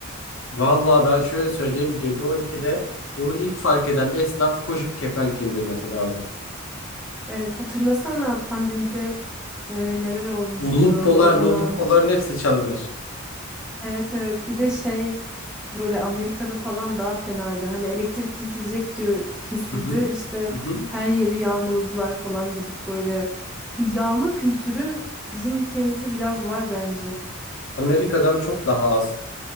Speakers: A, on the left (about 65°); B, in the centre.
A: Vallahi ben şöyle söyleyeyim gece 12'de bunu ilk fark eden esnaf koşup kepenk indirmesi lazım.
B: Evet hatırlasana pandemide e, neler olmuştu
A: Ulup
B: o
A: polar,
B: zaman.
A: ulup poların hepsi çalınır.
B: Evet evet bir de şey böyle Amerika'da falan daha fenaydı. Hani elektrik kesilecek diyor kesildi
A: Hı hı.
B: işte
A: Hı hı.
B: her yeri yağmaladılar falan gidip böyle bir yağma kültürü bizim ülkemizde biraz var bence.
A: Amerika'dan çok daha az.